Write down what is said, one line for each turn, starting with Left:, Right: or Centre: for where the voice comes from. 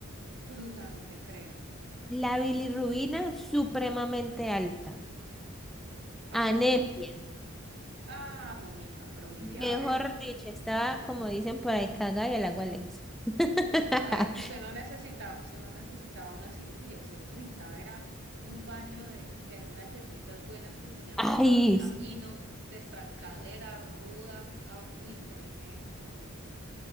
Right: Bruta, no te creo.
Centre: La bilirrubina supremamente alta.
Right: Ajá.
Centre: Anemia.
Right: Ah, no, mija, pero mire,
Centre: Mejor
Right: a ver.
Centre: dicho, estaba, como dicen por ahí, cagada y al agua Alexa. <laughs>
Right: A ver, usted no necesitaba, usted no necesitaba una cirugía, usted lo que necesitaba era un baño de, de algunas hierbitas buenas que se llaman
Centre: Ay.
Right: abrecamino,
Centre: sí.
Right: destrancadera, ruda. ah, uy, tremendo.